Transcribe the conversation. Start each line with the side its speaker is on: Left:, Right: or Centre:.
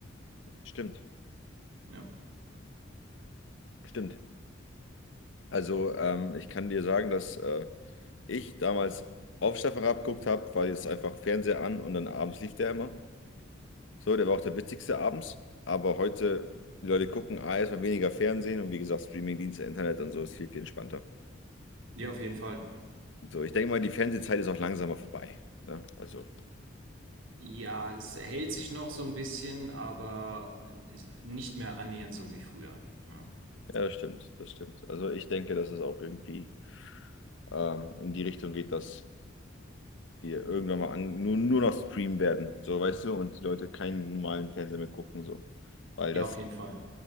Left: stimmt.
Right: Ja,
Left: Stimmt. Also, ähm, ich kann dir sagen, dass äh, ich damals auf Stefan Raab geguckt habe, weil jetzt einfach Fernseher an und dann abends lief der immer. So, der war auch der witzigste abends. Aber heute, die Leute gucken A, erstmal weniger Fernsehen und wie gesagt, Streamingdienste, Internet und so ist viel, viel entspannter.
Right: ja, auf jeden Fall.
Left: So, ich denke mal, die Fernsehzeit ist auch langsamer vorbei. Ne? Also,
Right: Ja, es hält sich noch so ein bisschen, aber ist nicht mehr annähernd so wie früher. Ja,
Left: ja, das stimmt, das stimmt. Also, ich denke, dass es auch irgendwie ähm, in die Richtung geht, dass wir irgendwann mal an, nur, nur noch streamen werden. So, weißt du, und die Leute keinen normalen Fernseher mehr gucken, so. Weil
Right: ja,
Left: das
Right: auf jeden Fall.